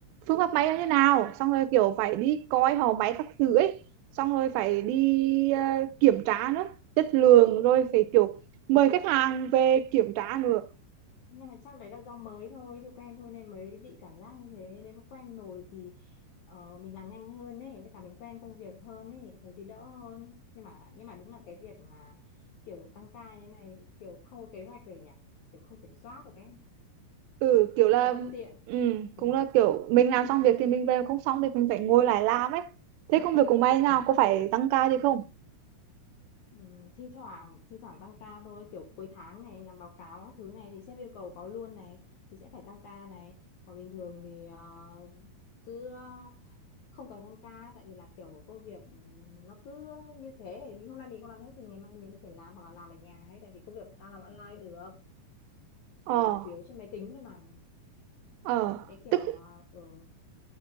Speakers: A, on the right; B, on the left.
A: phương pháp may nó như nào xong rồi kiểu phải đi coi họ máy các thứ ấy xong rồi phải đi ờ, kiểm tra nữa chất lượng rồi phải kiểu mời khách hàng về kiểm tra
B: Nhá-
A: nữa
B: nhưng mà chắc đấy là do mới thôi chưa quen thôi nên mới bị cảm giác như thế nếu mà quen rồi thì ờ, mình làm nhanh hơn ấy với cả mình quen công việc hơn ấy rồi thì đỡ hơn nhưng mà nhưng mà đúng là cái việc mà kiểu tăng ca như thế này kiểu không có kế hoạch rồi nhỉ kiểu không kiểm soát được ấy
A: ừ
B: nó
A: kiểu
B: cũng
A: là
B: hơi bất tiện
A: ừ,
B: ừ.
A: cũng là kiểu mình làm xong việc thì mình về không xong thì mình phải ngồi lại làm ấy thế công việc của mày nào
B: Ờ.
A: có phải tăng ca gì không
B: Ừ, thi thoảng thi thoảng tăng ca thôi kiểu cuối tháng này làm báo cáo các thứ này thì sếp yêu cầu có luôn này thì sẽ phải tăng ca này còn bình thường thì ờ, cứ ờ, không cần tăng ca tại vì là kiểu công việc ừ, nó cứ như thế hôm nay mình không làm hết thì ngày mai mình có thể làm hoặc là làm ở nhà ấy tại vì công việc của ta làm online được
A: ờ
B: kiểu làm chủ yếu trên máy tính thôi mà
A: ờ
B: cái kiểu
A: tức
B: ờ, ừ,